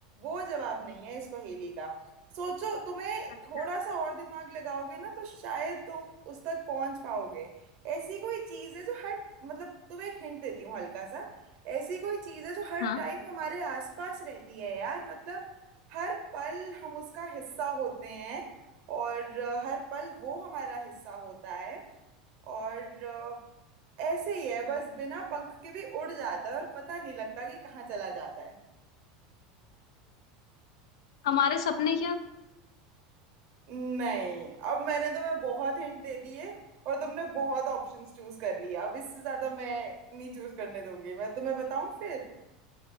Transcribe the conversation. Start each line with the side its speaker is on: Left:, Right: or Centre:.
Right: वो जवाब नहीं है इस पहेली का सोचो तुम्हें
Left: अच्छा
Right: थोड़ा सा और दिमाग लगाओगे ना तो शायद तुम उस तक पहुंच पाओगे ऐसी कोई चीज़ है जो हर मतलब तुम्हें एक हिंट देती हूँ हल्का सा ऐसी कोई चीज़ है जो हर
Left: हाँ
Right: टाइम हमारे आसपास रहती है यार मतलब हर पल हम उसका हिस्सा होते हैं और अ, हर पल वो हमारा हिस्सा होता है और अ, ऐसे ही है बस बिना पंख के भी उड़ जाता है और पता नहीं लगता कि कहाँ चला जाता है
Left: हमारे सपने क्या
Right: नहीं अब मैंने तुम्हें बहुत हिंट दे दिए और तुमने बहुत ऑप्शंस चूज कर लिया अब इससे ज्यादा मैं नहीं चूज करने दूंगी मैं तुम्हें बताऊं फिर